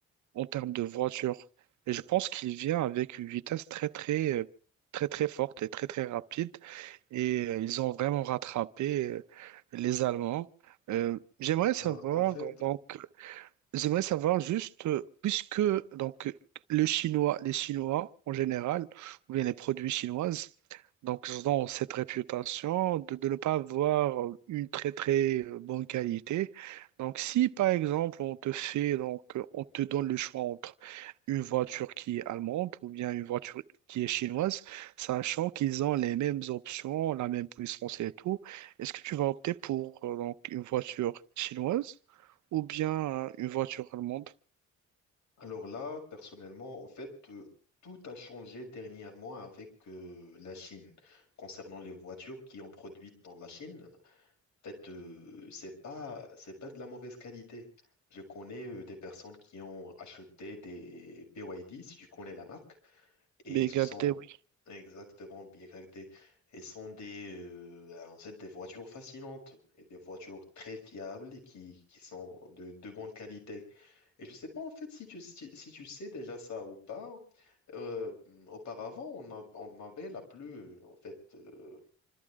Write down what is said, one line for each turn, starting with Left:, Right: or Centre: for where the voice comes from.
Right: en termes de voiture. Et je pense qu'il vient avec une vitesse très très euh, très très forte et très très rapide. Et euh, ils ont vraiment rattrapé euh, les Allemands. Euh, j'aimerais savoir
Left: Euh, en fait,
Right: donc J'aimerais savoir juste, euh, puisque donc euh, le chinois, les Chinois en général, ou bien les produits chinoises, donc ils ont cette réputation de, de ne pas avoir euh, une très très euh, bonne qualité. Donc si par exemple on te fait donc euh, on te donne le choix entre une voiture qui est allemande ou bien une voiture qui est chinoise, sachant qu'ils ont les mêmes options, la même puissance et tout, est-ce que tu vas opter pour euh, donc une voiture chinoise? ou bien euh, une voiture allemande.
Left: Alors là, personnellement, en fait, euh, tout a changé dernièrement avec euh, la Chine. Concernant les voitures qui ont produites dans la Chine, en fait, euh, c'est pas, c'est pas de la mauvaise qualité. Je connais euh, des personnes qui ont acheté des BYD, si tu connais la marque, et
Right: BMW,
Left: ce sont
Right: oui.
Left: exactement bien BYD. Et ce sont des, euh, en fait, des voitures fascinantes et des voitures très fiables et qui, qui sont de de bonne qualité. Et je sais pas en fait si tu, si, si tu sais déjà ça ou pas. Euh, auparavant, on, a- on avait la plus, en fait, euh,